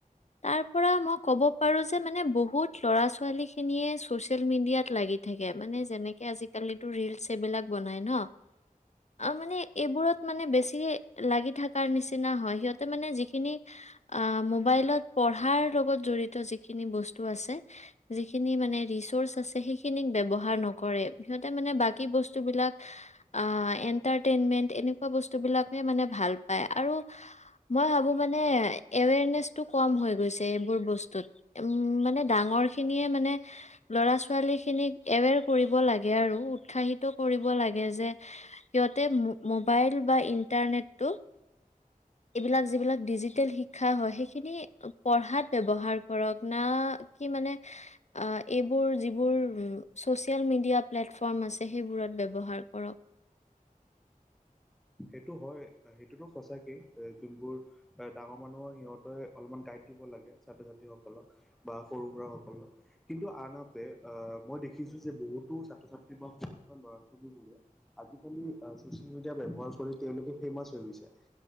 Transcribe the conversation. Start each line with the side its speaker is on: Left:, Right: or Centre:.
Left: তাৰ পৰা মই কব পাৰো যে মানে বহুত লৰা ছোৱালী খিনিয়ে ছচিয়েল মিডিয়াত লাগি থাকে। মানে যেনেকে আজিকালিটো ৰিলচ এইবিলাক বনাই ন? অ মানে এইবোৰত বেছি লাগি থকাৰ নিচিনা হয়, সিহঁতে মানে যিখিনি আহ মোবাইলত পঢ়াৰ লগত জড়িত যিখিনি বস্তু আছে যিখিনি মানে ৰিচৰ্চ আছে সেইখিনিক ব্যৱহাৰ নকৰে সিহঁতে মানে বাকী বস্তুবিলাক আ এ ইণ্টাটেইনমেণ্ট এনেকুৱা বস্তুবিলাকে মানে ভাল পায়। আৰু মই ভাবো মানে এৱেৰনেচটো কম হৈ গৈছে এইবোৰ বস্তুত। উম মানে ডাঙৰ খিনিয়ে মানে ল'ৰা ছোৱালী খিনিক এৱেৰ কৰিব লাগে আৰু উৎসাহিত কৰিব লাগে যে, সিহঁতে মোবাইল বা ইণ্টাৰনেটটো, এইবিলাক যিবিলাক ডিজিটেল শিক্ষা হয় সেইখিনি পঢ়াত ব্যৱহাৰ কৰক, না কি মানে এইবোৰ যিবোৰ ছচিয়েল মিডিয়া প্লেটফৰ্ম আছে সেইবোৰত ব্যৱহাৰ কৰক।
Centre: সেইটো হয়, সেইটোতো সচাকেই যোনবোৰ ডাঙৰ মানুহৰ সিহঁতে অলপমান গাইড দিব লাগে ছাত্ৰ ছাত্ৰী সকলক, বা সৰু হোৱা সকলক কিন্তু আনহাতে আহ মই দেখিছো যে বহুতো ছাত্ৰ ছাত্ৰী বা সৰু হোৱা ল'ৰা ছোৱালী বোৰে আজিকালি চচিয়েল মিডিয়া ব্যৱহাৰ কৰি তেওঁলোকে ফেমাচ হৈ গৈছে।